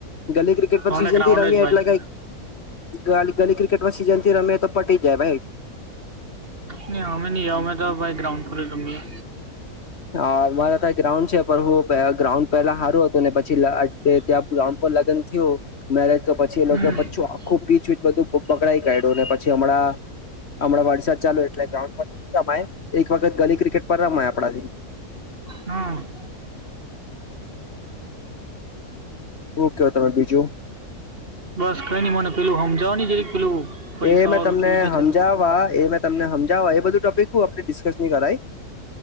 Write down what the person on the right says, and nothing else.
અમારે
ગ્રાઉન્ડ
જ ભાઈ
ન અમે નહી અમે તો ભાઈ ગ્રાઉન્ડ પર જઈ રમીએ.
હમ
હમ.
બસ કઈ નઈ મને પેલું સમજાવોને જ પેલું પૈસા
વાળું
કેવી રીતે
છે તે